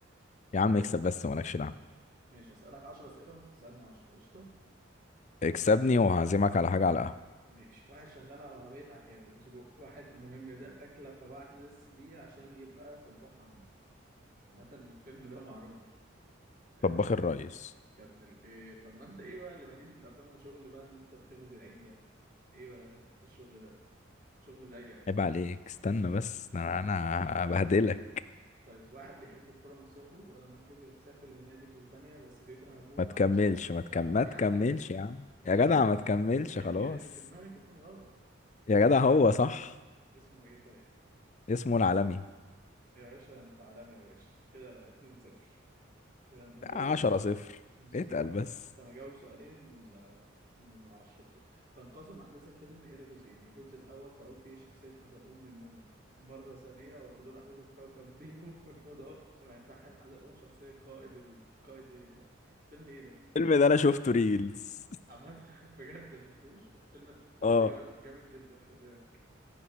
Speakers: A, on the left; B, on the right.
A: يا عم اكسب بس مالكش دعوة
B: ماشي هسألك 10 اسئله وانت تسألني 10 قشطه آه،
A: اكسبني وهعزمك على حاجة على القهوة
B: ماشي واحد شغال على عربية عكاوي وسجق واحد مهم ده أكلة فبعت ناس ليه عشان يبقى طباخ عنده عامة الفيلم ده معروف يعني
A: طباخ الريس
B: يا ابن ال- إيه طب ما أنت إيه بقى اللي ماليش في الأفلام وشغل بقى إن أنت بتغذي العين ده إيه بقى الشغل ده شغل ضيق
A: عيب عليك استنى
B: ده شغل
A: بس ده انا أنا
B: <laughs>
A: هبهدلك
B: طيب واحد بيحب الكورة من صغره ولما كبر سافر لنادي في إسبانيا بس بيكره أبوه
A: ما تكملش
B: علشان
A: ما تكم...
B: ع-
A: ما
B: يا
A: تكملش
B: عم
A: يا عم
B: يا
A: يا
B: عم
A: جدع ما تكملش
B: يمكن
A: خلاص
B: اللي في دماغك يكون غلط
A: يا جدع هو صح
B: اسمه إيه طيب
A: اسمه العالمي
B: يا باشا أنت عالمي يا باشا كده 2-0 كده انت مجاوب
A: عشرة
B: سؤال
A: صفر
B: بس
A: اتقل
B: تجاوب
A: بس
B: انت مجاوب سؤالين من ال من العشرة بتوع تنقسم أحداث الفيلم إلى جزئين الجزء الأول تعود فيه شخصية حزلقوم من النوم مرة ثانية وتدور أحداثه في كوكب <laughs> ريمو في الفضاء وينتحل حزلقوم شخصية قائد القائد إيه؟ فيلم إيه ده؟
A: الفيلم ده انا شفته ريلز
B: عامة <laughs> بجد ما شفتوش الفيلم
A: <laughs>
B: الفيلم
A: اه
B: ده جامد جامد جدا خلي بالك